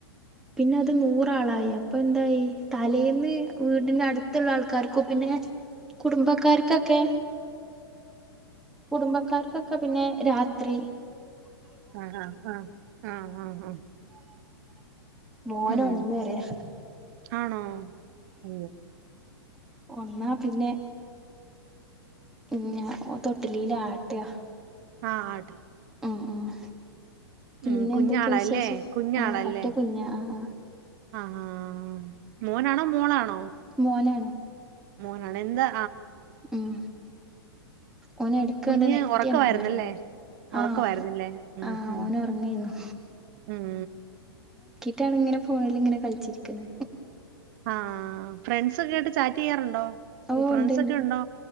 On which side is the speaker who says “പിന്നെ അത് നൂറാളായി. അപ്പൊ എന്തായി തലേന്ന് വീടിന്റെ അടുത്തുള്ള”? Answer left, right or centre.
Centre